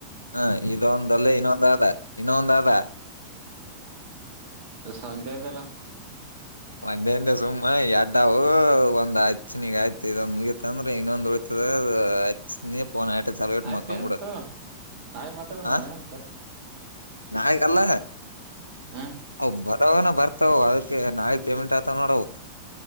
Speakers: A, on the left; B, on the right.
A: ಹ ಇದೊಂದೂ ಲ್ಲೇ ಇನ್ನೊಂದು ಆದ ಇನ್ನೊಂದ್ ಆದಾ
B: ಹೆ ಸನ್ ಡೈರೆಕ್ಟ್ ಇಲ್ಲ.
A: ಒಂದೇಂದು ಸುಮ್ಮ ಎಡ್ಡವು ಒಂದ್ ಹಚ್ಚನಿಗೆ ಆಯ್ತು ಇದೊಂದು ಮುಗೀತಂದ್ರೆ ಇನ್ನೊಂದ್ ತ್ತದ ಅದು ಹಚ್ಚಿನೀ ಫೋನ್ ಆಟ ಚಲ ಇಟ್ಟು
B: ಆಯ್ತ
A: ಮೊಕ್ಕಾಬೂಡು
B: ಆಯ್ತು ನಾಳೆ ಮಾತಾಡಮ್ಮ
A: ಆ
B: ಏನ್ ಕೆಲ್ಸ
A: ನಾಳಿಗಲ್ಲ.
B: ಹ್ಮ
A: ಅವ್ ಬರವನ ಬರ್ತಾವ ಅದಕ್ಕೆ ನಾಳಿಕ್ ಪೇಮೆಂಟ್ ಆತಾವ ನೋಡವು.